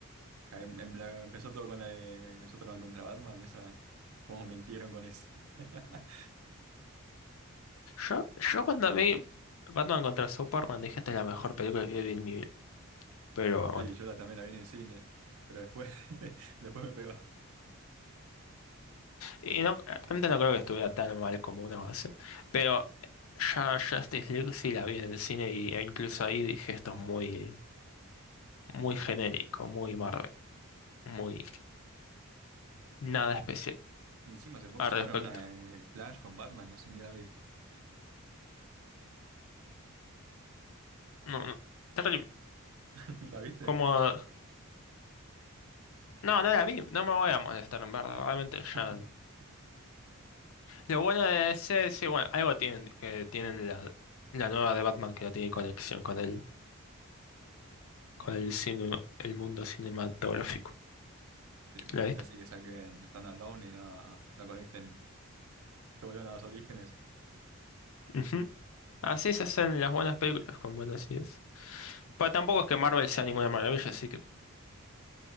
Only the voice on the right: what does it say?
Em- em- la- Empezó todo con la de Superman contra Batman, esa, como mintieron con esa. <laughs>
Sí, yo la, también la vi en el cine, pero después, <laughs> después me pegó.
Y Encima hace poco
sacaron
una de Flash con Batman, no sé, ni la vi.
<laughs> ¿La viste?
<laughs>
Sí, prefiero
así que saquen Stand Alone y no, no conecten, que vuelvan a los orígenes.